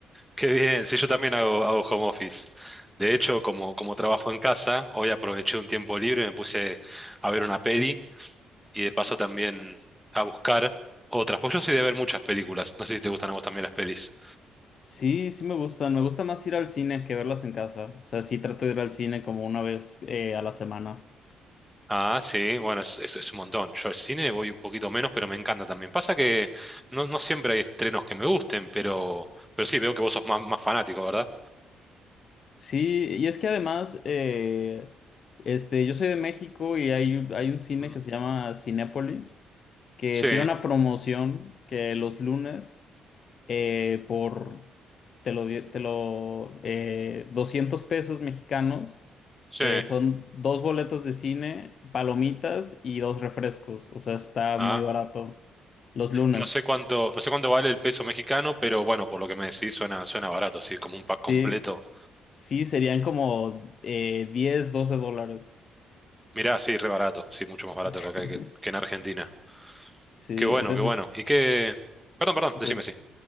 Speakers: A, in the centre; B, on the left.
A: qué bien. Sí, yo también hago, hago home office. De hecho, como, como trabajo en casa, hoy aproveché un tiempo libre, me puse a ver una peli y de paso también a buscar otras. Pues yo soy de ver muchas películas. No sé si te gustan a vos también las pelis.
B: Sí, sí me gustan. Me gusta más ir al cine que verlas en casa. O sea, sí trato de ir al cine como una vez eh, a la semana.
A: Ah, sí, bueno, es, es- es un montón. Yo al cine voy un poquito menos, pero me encanta también. Pasa que no, no siempre hay estrenos que me gusten, pero, pero sí, veo que vos sos más, más fanático, ¿verdad?
B: Sí, y es que además, eh, este, yo soy de México y hay, un- hay un cine
A: Mm.
B: que se llama Cinépolis, que
A: Sí,
B: tiene una promoción que los lunes, eh, por, te lo, di- te lo, eh, 200 pesos mexicanos,
A: sí.
B: eh, son dos boletos de cine, palomitas y dos refrescos, o sea, está
A: Ah,
B: muy barato. Los lunes,
A: no sé cuánto, no sé cuánto vale el peso mexicano, pero bueno, por lo que me decís suena, suena barato, sí, como un pack
B: sí,
A: completo.
B: sí, serían como eh, 10, 12 dólares.
A: Mirá, sí, re barato, sí, mucho más barato
B: <laughs>
A: que acá que, que en Argentina.
B: Sí,
A: Qué bueno,
B: entonces,
A: qué bueno. ¿Y qué? Perdón, perdón, decime
B: pues,
A: sí.